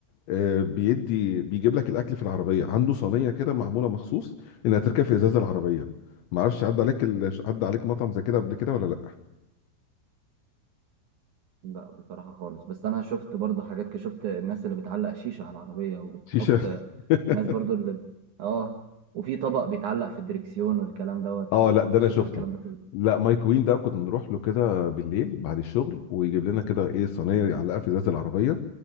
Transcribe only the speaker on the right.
لا بصراحة خالص بس أنا شفت برضو حاجات كده شفت الناس اللي بتعلق شيشة على العربية وبتحط
الناس برضو اللي ب- اه وفي طبق بيتعلق في الدركسيون والكلام دوت
آه،
شفت
الكلام ده كله